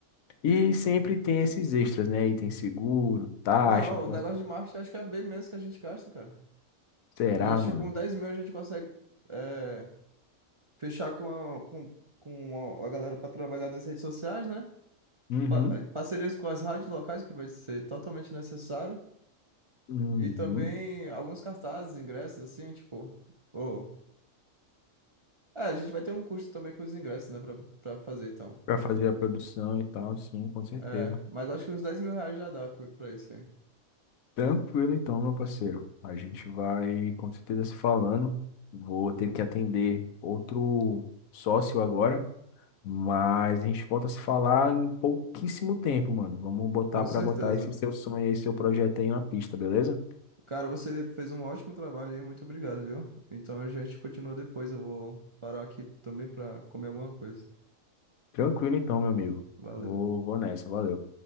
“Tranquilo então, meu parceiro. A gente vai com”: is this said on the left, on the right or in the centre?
Left